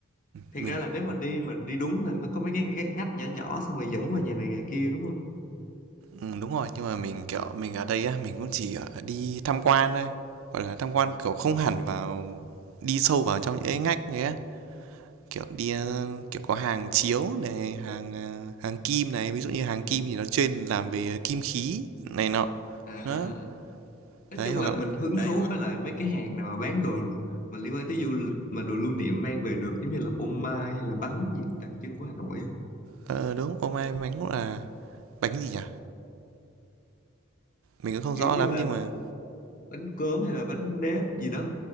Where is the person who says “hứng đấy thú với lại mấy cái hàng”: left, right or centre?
Left